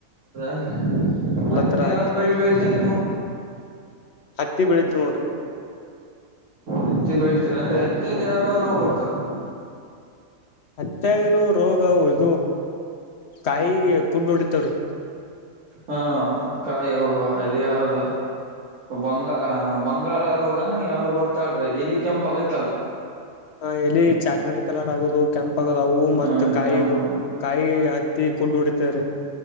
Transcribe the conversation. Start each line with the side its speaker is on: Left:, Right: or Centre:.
Right: ನ್ರಿ ಮತ್ತೆ
Left: ತರ ಹಾಕ್ತಿವ್
Right: ಯಾವ್ದ್ ಬೆಳಿ
Left: ನೋಡ್ರಿ
Right: ಬೆಳತರಿ ನೀ
Left: ಹತ್ತಿ ಬೆಳೀತೀವಿ ನೋಡ್ರಿ
Right: ಹತ್ತಿ ಬೆಳೆತೀರಿ ಅಂದ್ರೆ ಹತ್ತಿಗೆ ಯಾವ ರೋಗ್ ಬರ್ತಾರೆ
Left: ಅತ್ಯಾಗನ ರೋಗ ಇ ಕಾಯಿ ಕುಡ್ ಹೊಡಿತವ್ರೀ
Right: ಹ್ಮ ಕಾಯ ಅದ ಯಾವ್ದ ಬಂಗಾಂಗ ಬಂಗಳ ರೋಗನ ಯಾವ್ದೋ ಬರ್ತಾಡ್ರಿ ಎಲ್ಲಿ ಕೆಂಪ ಆಗತ್ತಲ್ರರಿ
Left: ಹ ಎಲ್ಲಿ ಚಾಕ್ಲೇಟ್ ಕಲರ್ ಆಗೋದು ಕೆಂಪ್ ಆಗೋದು ಅವು ಮತ್ತ
Right: ಹ
Left: ಕಾಯಿ
Right: ಕೆಂಪಗ
Left: ಕಾಯಿ ಹತ್ತಿ ಕುೂಡ್ ಹೊಡಿತ ರೀ